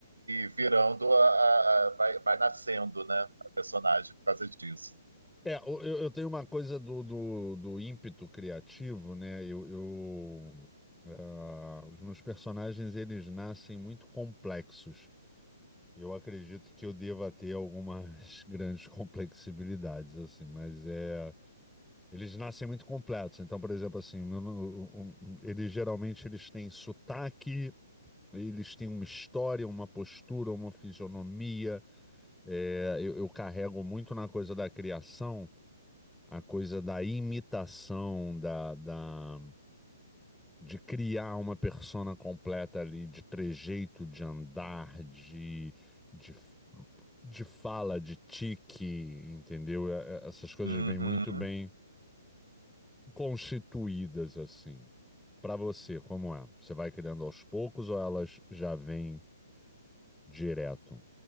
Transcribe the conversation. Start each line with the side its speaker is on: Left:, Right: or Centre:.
Right: virando, a, a- a- vai, vai nascendo, né, a personagem por causa disso.
Centre: É, eu, eu eu tenho uma coisa do, do, do ímpeto criativo, né? Eu, eu, ah, os meus personagens, eles nascem muito complexos. Eu acredito que eu deva ter algumas <laughs> grandes complexibilidades, assim, mas é... Eles nascem muito completos. Então, por exemplo, assim, eu não- um- um- eles geralmente eles têm sotaque, eles têm uma história, uma postura, uma fisionomia. É, eu, eu carrego muito na coisa da criação, a coisa da imitação, da, da- de criar uma persona completa ali, de trejeito, de andar, de, de de fala, de tique, entendeu? É- é- Essas coisas
Right: Uhum.
Centre: vêm muito bem constituídas assim. Para você, como é? Você vai criando aos poucos ou elas já vêm direto?